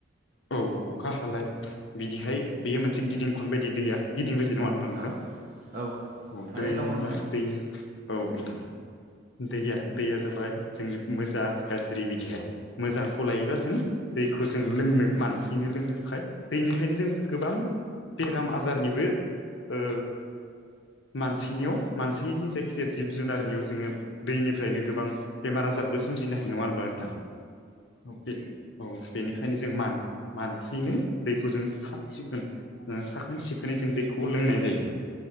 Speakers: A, on the left (about 65°); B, on the right (about 45°).
A: औ अखा हालाय बिदिहाय बेयो मोनसे गिदिं खन बायदि दैया गिदिंबाय थायो बे नङा होनब्ला नोंथां
B: औ औ
A: औ
B: थारैनो
A: दै होनोब्ला
B: नंगौ नोंथां
A: दैया औ नोंथां दैया दैया जाबाय जोंङ मोजां गाज्रि बिदिहाय मोजांखौ लायोबा जों दैखौ जों लोंनो मानसिनो लोंनो थाखाय दैनिफ्रायनो जों गोबां बेराम आजारनिबो ओ मानसिनियाव मानसिनि जायखि जे जिब जुनारनियाव जोङो दैनिफ्रायनो गोबां बेमार आजारबो सोमजिनो हायो नङा होनब्ला नोंथां औ बे बेनिखायनो जों मान मानसिनो दैखौ जों साब सिखोन ओ साखोन सिखोनै जों दैखौ लोंनाय जायो